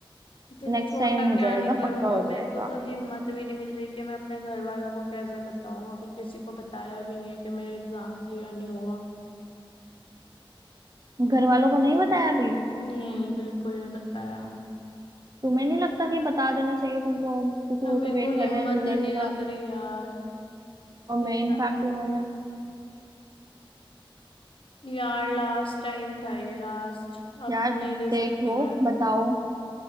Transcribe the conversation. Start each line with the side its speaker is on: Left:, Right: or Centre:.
Left: दिल
Right: नेक्स्ट
Left: छोटा
Right: टाइम हो
Left: क्या
Right: जाएगा
Left: नहीं करूं
Right: पक्का हो
Left: अब मेरे
Right: जाएगा
Left: को तो हिम्मत भी नहीं मिल रही कि मैं अपने घर वालों को कैसे बताऊं अभी किसी को बताया भी नहीं है कि मेरा एग्जाम क्लियर नहीं हुआ
Right: घर वालों को नहीं बताया अभी
Left: नहीं बिल्कुल नहीं बताया
Right: तुम्हें नहीं लगता कि बता देना चाहिए तुमको अब, क्योंकि
Left: अब
Right: वो
Left: मेरे
Right: तो वेट
Left: को
Right: कर
Left: हिम्मत
Right: रहे हैं रिजल्ट
Left: ही नहीं लग
Right: का
Left: रही यार
Right: और
Left: ये
Right: मैं इनफैक्ट
Left: ला-
Right: उन्होंने
Left: यार लास्ट टाइम था ये लास्ट अब
Right: यार
Left: नहीं दे सकती
Right: देख लो
Left: मैं
Right: बताओ